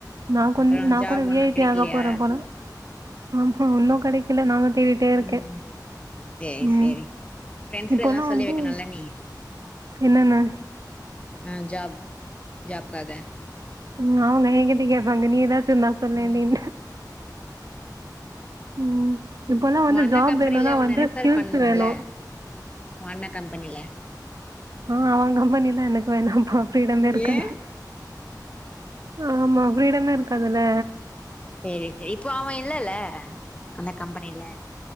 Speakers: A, on the right; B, on the left.
A: நா கொஞ்சு
B: அப்றோ
A: ந
B: ஜாப்
A: கூட வி
B: ஒன்னு
A: ஐ
B: கெடைக்கலையா
A: பி ஆக போற போல ம் ம் ஒன்னு கெடைக்கில நானு தேடிட்டே இருக்கே
B: ம் சேரி
A: உம்
B: சேரி ஃப்ரெண்ட்ஸ்
A: இப்பல்லா
B: எல்லா சொல்லி
A: வந்து
B: வைக்கணுல்ல நீ
A: என்னன்ன
B: ஆ ஜாப் ஜாப்க்காக
A: உ அவங்க எங்கிட்ட கேட்பாங்க நீதா து நா சொன்னே
B: ம்
A: நீதா ம் இப்பல்லா வந்து
B: உ அண்ண
A: ஜாப்
B: கம்பெனில
A: வேணும்னா
B: உன்ன
A: வந்து
B: ரெஃபர்
A: ஸ்கில்ஸ்
B: பண்ணனுல்ல
A: வேணு
B: உ அண்ண கம்பெனியில
A: ஆ அவங்க பண்ணிலா எனக்கு வேணாம்ப்பா ஃபீரீடமே இருக்காது
B: ஏ
A: ஆமா ஃப்ரீடமே இருக்கதுல்ல
B: சேரி சேரி இப்போ அவ இல்லல்ல அந்த கம்பெனியில